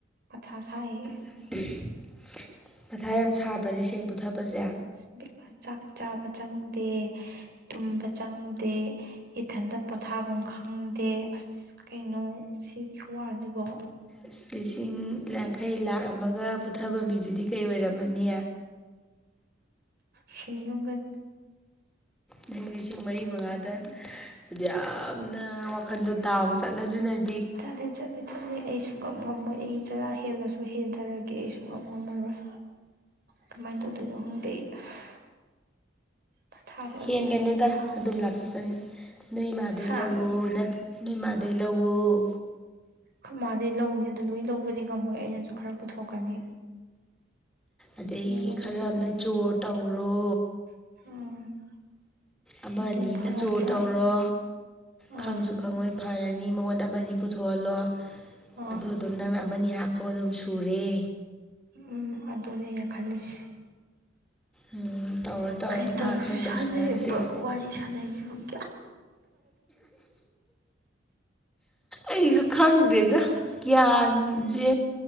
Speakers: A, on the right; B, in the centre.
A: ꯃꯊꯥ ꯁꯥꯏꯌꯦ꯫
B: ꯥ <unintelligible> ꯃꯊꯥ ꯌꯥꯝ ꯁꯥꯕ꯭ꯔꯅꯦ ꯁꯦꯟ ꯄꯨꯊꯕꯁꯦ꯫
A: ꯏꯕꯦꯃ ꯆꯥꯛ ꯆꯥꯕ ꯆꯪꯗꯦ ꯇꯨꯝꯕ ꯆꯪꯗꯦ꯫ ꯏꯊꯟꯇ ꯄꯣꯊꯥꯐꯝ ꯈꯪꯗꯦ ꯑꯁ ꯀꯩꯅꯣ ꯁꯤ ꯈꯨꯋꯥꯁꯤꯕꯣ꯫
B: ꯑꯁ ꯂꯤꯁꯤꯡ ꯌꯥꯡꯈꯩ ꯂꯥꯛ ꯑꯃꯒ ꯄꯨꯊꯕ ꯃꯤꯗꯨꯗꯤ ꯀꯩ ꯑꯣꯏꯔꯝꯃꯅꯤ꯫
A: ꯁꯤꯅꯤꯉꯝꯒꯅꯤ꯫
B: ꯅꯪ ꯂꯤꯁꯤꯡ ꯃꯔꯤ ꯃꯉꯥꯗ ꯑꯗꯨ ꯌꯥꯝꯅ ꯋꯥꯈꯟꯗꯣ ꯗꯥꯎꯟ ꯆꯠꯂꯗꯨꯅ
A: ꯆꯠꯂꯦ ꯆꯠꯂꯦ ꯆꯠꯂꯤ ꯑꯩ ꯁꯨꯨꯡ ꯉꯝ ꯉꯝꯃꯣꯏ ꯑꯩ ꯆꯔꯥ ꯍꯦꯜꯂꯁꯨ ꯍꯦꯟꯖꯔꯒꯦ ꯑꯩꯁꯨ ꯉꯝ ꯉꯝꯃꯔꯣꯏ ꯀꯃꯥꯏꯅ ꯇꯧꯗꯣꯏꯅꯣ ꯈꯪꯗꯦ ꯑꯩ ꯑꯁ꯫ ꯃꯊꯥꯁꯦ ꯑꯔꯣꯏꯕꯤꯅꯦ
B: ꯍꯦꯟꯒꯅꯨꯗ
A: ꯑꯩꯅ ꯁꯥꯔꯤꯁꯦ
B: ꯑꯗꯨꯝ ꯂꯥꯛꯆꯁꯅꯤ ꯅꯣꯏ ꯏꯃꯥꯗꯩ
A: ꯍꯥ
B: ꯂꯧꯋꫭ ꯅꯠ ꯅꯣꯏ ꯃꯥꯗꯩ ꯂꯧꯋꫭ꯫
A: ꯈꫭꯏ ꯃꯥꯗꯩ ꯂꯧꯅꯤ ꯑꯗꯨ ꯂꯣꯏ ꯂꯧꯕꯗꯤ ꯉꯝꯃꯣꯏ ꯑꯩꯅꯁꯨ ꯈꯔ ꯄꯨꯊꯣꯛꯀꯅꯤ꯫
B: ꯑꯗꯒꯤ
A: ꯂꯣꯏ ꯂꯧꯕꯗꯨꯗꯤ
B: ꯈꯔ ꯑꯃꯅ ꯆꯣꯔ ꯇꯧꯔꯣ꯫
A: <unintelligible>
B: ꯑꯃ
A: ꯑꯗꯨ
B: ꯑꯅꯤꯅ
A: ꯐꯔꯗ꯭ꯔꯥ
B: ꯆꯣꯔ ꯇꯧꯔꯣ
A: ꯑꯥ
B: ꯈꯪꯁꯨ ꯈꯪꯉꯣꯏ ꯐꯔꯅꯤ ꯃꯉꯣꯟꯗ ꯃꯅꯤ ꯄꯨꯊꯣꯛꯍꯜꯂꯣ꯫
A: ꯑꯣ꯫
B: ꯑꯗꯨ ꯑꯗꯨꯝ ꯅꯪꯅ ꯑꯃꯅꯤ ꯍꯥꯞꯄꫭ ꯑꯗꯨꯝ ꯁꯨꯔꯦ꯫
A: ꯎꯝ ꯑꯗꯨꯅꯦ ꯑꯩꯅ ꯈꯜꯂꯤꯁꯦ꯫
B: ꯎꯝ ꯇꯧꯔꯣ ꯇꯧꯔꯣ
A: ꯀꯩ ꯇꯧꯔꯤ
B: ꯃꯥ ꯈꯪꯗꯧꯁꯨ
A: ꯁꯥꯟꯅꯩꯕ
B: ꯅꯠꯇꯦ
A: ꯋꯥꯔꯤ ꯁꯥꯟꯅꯩꯁꯤꯕꯨ꯫ <inaudible>
B: ꯑꯩꯁꯨ ꯈꯪꯗꯦꯗ ꯒ꯭ꯌꯥꯟꯁꯦ